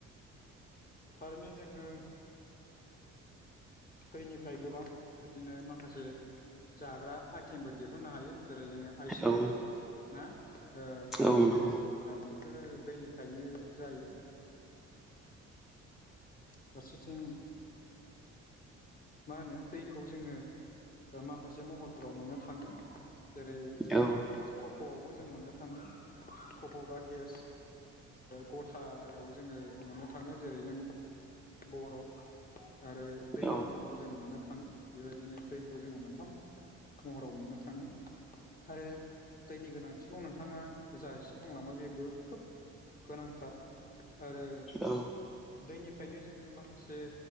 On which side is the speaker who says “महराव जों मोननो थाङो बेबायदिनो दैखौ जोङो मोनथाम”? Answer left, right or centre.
Left